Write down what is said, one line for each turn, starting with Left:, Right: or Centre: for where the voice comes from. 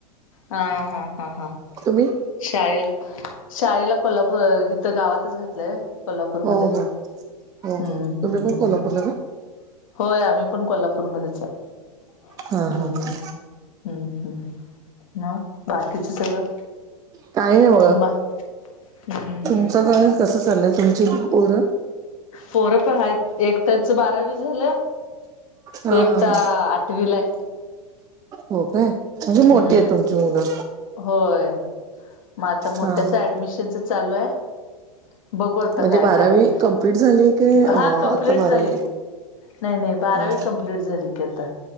Left: हा हा हा हा.
Right: तुम्ही.
Left: शाळेला शाळेला कोल्हापूर हिथ गावातच घातलंय. कोल्हापूरमध्ये
Right: हो हो हो
Left: हम्म
Right: हो तुम्ही
Left: हम्म
Right: पण
Left: हम्
Right: कोल्हापूरला
Left: हम्.
Right: का
Left: होय आम्ही पण कोल्हापूरमध्येच आहे
Right: हा
Left: हम्म.
Right: हा हा
Left: हम्म हम् मग बाकीच सगळं.
Right: काय नाही बगा
Left: बा हम्म हम्म
Right: तुमचं काय कसं चाललंय तुमची पोरं.
Left: पोरं पण आहेत एकटाच बारावी झालं
Right: हा
Left: एकटा
Right: हा हा
Left: आठ टविला हाय.
Right: हो काय म्हणजे मोठी
Left: हम्म
Right: आहे तुमची मुलं.
Left: होय मग आता मोठ्याच
Right: हा हा
Left: ऍडमिशनच चालू आहे. बघू आता
Right: म्हणजे
Left: काय
Right: बारावी
Left: काय होत
Right: कम्प्लीट झाली काय
Left: हा कमप्लीट
Right: आता बारावीला
Left: झाली. नाही नाही बारावी
Right: हा हा
Left: कंप्लीट झाली की आता.